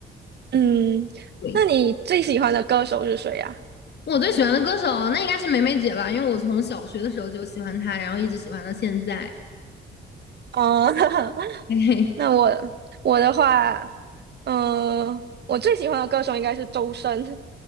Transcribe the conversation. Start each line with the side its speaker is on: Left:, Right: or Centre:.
Right: 嗯，
Left: 对，
Right: 那你最喜欢的歌手是谁呀、
Left: 我最喜欢的歌手那应该是梅梅姐吧，因为我从小学的时候就喜欢她，然后一直喜欢到现在。
Right: 哦，<laughs> 那
Left: <laughs> 嘿嘿，
Right: 那我我的话，嗯、我最喜欢的歌手应该是周深，